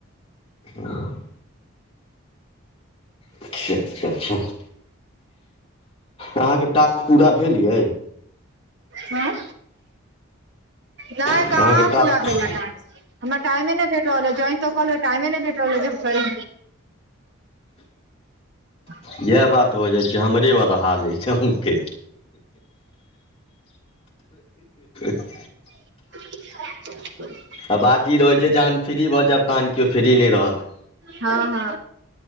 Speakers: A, on the left (about 25°); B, on the right (about 55°).
A: ह अच्छा अच्छा अच्छा तऽ अहाँके टास्क पूरा भेल यै
B: हँ नहि
A: अहाँके
B: कहाँ पूरा
A: टास्क
B: भेल हमरा टाइमे नहि भेट रहल है ज्वाइन तऽ कलेब टाइमे नहि भेट रहल है <unintelligible>
A: इएह बात हो जाइ छै हमरे वाला हालै छके <unintelligible>
B: <unintelligible>
A: आ बात ई रहैत छै जहन फ्री भऽ जायब तहन केओ फ्री नहि रहत
B: हँ हँ